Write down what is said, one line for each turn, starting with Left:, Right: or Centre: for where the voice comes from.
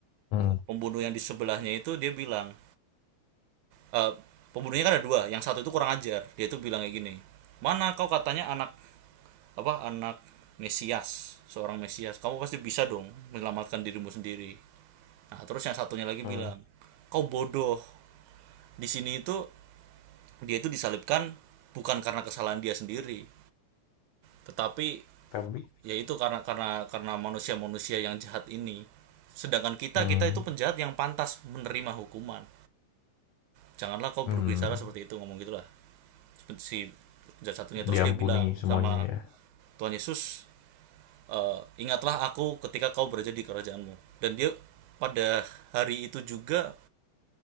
Left: Mhm
Right: Pembunuh yang di sebelahnya itu dia bilang eh, pembunuhnya kan ada dua, yang satu itu kurang ajar. Dia itu bilang kayak gini, mana kau katanya anak apa anak Mesias seorang Mesias kamu pasti bisa dong menyelamatkan dirimu sendiri nah terus yang satunya lagi
Left: mhm.
Right: bilang kau bodoh di sini itu dia itu disalibkan bukan karena kesalahan dia sendiri tetapi
Left: Tapi
Right: yaitu karena karena karena manusia-manusia yang jahat ini sedangkan kita
Left: mhm
Right: kita itu penjahat yang pantas menerima hukuman janganlah kau
Left: mhm,
Right: berbicara seperti itu ngomong gitulah si penjahat satunya terus
Left: diampuni
Right: dia bilang
Left: semuanya
Right: sama
Left: ya?
Right: Tuhan Yesus "Eh, ingatlah aku ketika kau berada di kerajaanmu dan dia pada hari itu juga